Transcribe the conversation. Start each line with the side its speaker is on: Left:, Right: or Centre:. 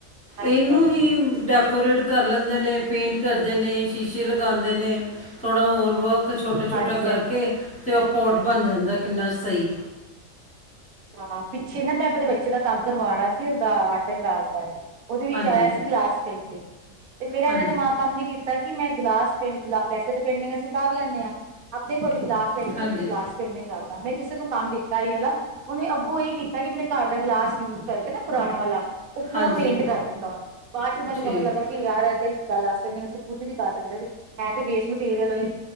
Right: ਹਾਂਜੀ
Centre: ਇਹਨੂੰ
Right: ਹਾਂਜੀ
Centre: ਹੀ ਡਾ ਡਕੋਰੇਟ ਕਰ ਲੈਂਦੇ ਨੇ, ਪੇਂਟ ਕਰਦੇ ਨੇ ਸ਼ੀਸ਼ੇ ਲਗਾਉਂਦੇ ਨੇ, ਥੋੜ੍ਹਾ ਹੋਰ ਵਰਕ ਕ ਛੋਟਾ-ਛੋਟਾ
Right: ਹਾਂਜੀ
Centre: ਕਰਕੇ,
Right: ਹਾਂਜੀ
Centre: ਫਿਰ ਉਹ ਪੋਟ ਬਣ ਜਾਂਦਾ ਕਿੰਨਾ ਸਹੀ।
Right: ਹਾਂ, ਪਿੱਛੇ ਨਾ ਮੈਂ ਆਪਣੇ ਬੱਚੇ ਦਾ ਕੰਮ ਕਰਵਾਉਣਾ ਸੀ ਦਾ ਆਰਟਡ ਕਰਾਫਟ ਦਾ ਉਹਦੇ ਵਿੱਚ
Centre: ਹਾਂਜੀ
Right: ਆਇਆ ਸੀ ਗਲਾਸ ਪੇਂਟਿੰਗ ਤੇ ਮੇਰਾ
Centre: ਹਾਂਜੀ
Right: ਇਹਨਾਂ ਦਿਮਾਗ ਕੰਮ ਨੀ ਕੀਤਾ ਕਿ ਮੈਂ ਗਲਾਸ ਪ ਵੈਸੇ ਤੇ ਪੇਟਿੰਗ ਸੀ ਕਰ ਲੈਦੇ ਹਾਂ। ਆਪਣੇ ਕੋਲ ਗਲਾਸ ਲੈ ਕੇ ਓਹਦੇ
Centre: ਹਾਂਜੀ
Right: ਉਤੇ ਗਿਲਾਸ ਪੇਟਿੰਗ ਕਰਦਾ, ਮੈਂ ਕਿਸੇ ਨੂੰ ਕੰਮ ਦਿੱਤਾ ਇਹ ਵਾਲਾ ਉਹਨੇ ਅੱਗੋਂ ਇਹੀ ਕੀਤਾ ਕਿ ਆਪਣੇ ਘਰ ਦਾ ਗਲਾਸ ਯੂਜ ਕਰਕੇ ਨਾ ਪੁਰਾਣੇ ਵਾਲਾ ਉਹ ਪੂਰਾ
Centre: ਹਾਂਜੀ
Right: ਪੇਂਟ ਕਰ ਦਿੱਤਾ ਉਹਨੇ ਬਾਅਦ' ਚ ਮੈਨੂੰ
Centre: ਠੀਕ
Right: ਪਤਾ ਲੱਗਾ ਕਿ ਯਾਰ ਹੈ ਤੇ ਗੱਲਾਸ ਪੈਂਟਿੰਗ ਅਸੀਂ ਖੁਦ ਵੀ ਕਰ ਸਕਦੇ ਸੀ। ਮੈ ਤੇ ਵੇਸਟ ਮਟੀਰੀਅਲ ਅਲੀ